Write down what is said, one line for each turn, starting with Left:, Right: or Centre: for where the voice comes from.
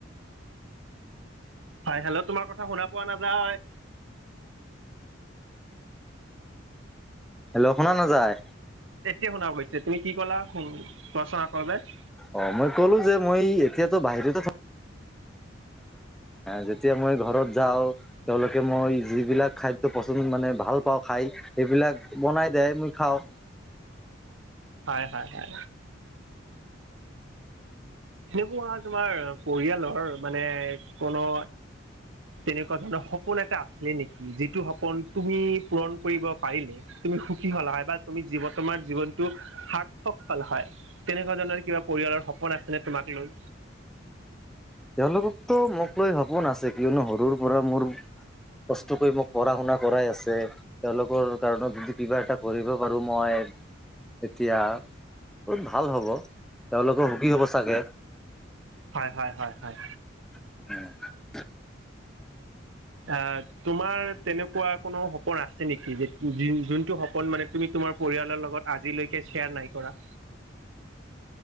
Right: হয়, হেল্ল' তোমাৰ কথা শুনা পোৱা নাযায়।
Centre: হেল্ল' শুনা নাযায়?
Right: এতিয়া শুনা গৈছে তুমি কি ক'লা কোৱা চোন আকৌ এবাৰ।
Centre: অ', মই ক'লো যে মই এতিয়াতো বাহিৰতে থা যেতিয়া মই ঘৰত যাওঁ। তেওঁলোকে মই যিবিলাক খাদ্য পচন্দ মানে ভাল পাওঁ খাই। এইবিলাক বনাই দিয়ে মই খাওঁ।
Right: হয়, হয়, হয়। এনেকুৱা তোমাৰ পৰিয়ালৰ মানে কোনো তেনেকুৱা ধৰণৰ সপোন এটা আছিলে নেকি যিটো সপোন তুমি পূৰণ কৰিব পাৰিলে তুমি সুখী হ'লা হয় বা তুমি জীৱন তোমাৰ জীৱনটো সাৰ্থক ফল হয়, তেনেকুৱা ধৰণৰ কিবা পৰিয়ালৰ সপোন আছে নে তোমাক লৈ?
Centre: তেওঁলোকতো মোক লৈ সপোন আছে কিয়নো সৰুৰ পৰা মোৰ কষ্ট কৰি মোক পঢ়া শুনা কৰাই আছে। তেওঁলোকৰ কাৰণত যদি কিবা এটা কৰিব পাৰো মই। এতিয়া বহুত ভাল হ'ব তেওঁলোকও সুখী হ'ব চাগে।
Right: হয়, হয়, হয়, হয়।
Centre: <inaudible>
Right: অ', তোমাৰ তেনেকুৱা কোনো সপোন আছে নেকি যে যোনটো সপোন মানে তুমি তোমাৰ পৰিয়ালৰ লগত আজিলৈকে শ্বেয়াৰ নাই কৰা।